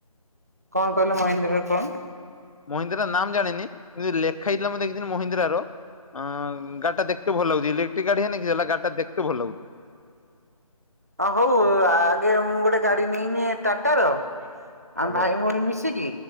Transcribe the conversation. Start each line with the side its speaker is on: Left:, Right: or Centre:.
Right: କଣ କହିଲ ମହେନ୍ଦ୍ରା ରେ କଣ?
Left: ମହିନ୍ଦ୍ରାର ନାମ ଜାଣିନି କିନ୍ତୁ ଲେଖା ହେଇଥିଲା ମୁଁ ଦେଖିଥିଲି ମହିନ୍ଦ୍ରା ର ଅଁ ଗଡିଟା ଦେଖତେ ଭଲ ଲାଗୁଛି ଇକ୍ଟ୍ରିକ ଗାଡି ହେଲେ କିସ ହେଲା ଗାଡ଼ିଟା ଦେଖତେ ଭଲ ଲାଗୁ
Right: ହଁ ହଉ ଆଗେ ମୁଁ ଗୋଟେ ଗାଡି ନେଇନି ଟାଟ ର ଆମେ
Left: ଆଚ୍ଛା।
Right: ଭାଇ ଭଉଣୀ ମିଶିକି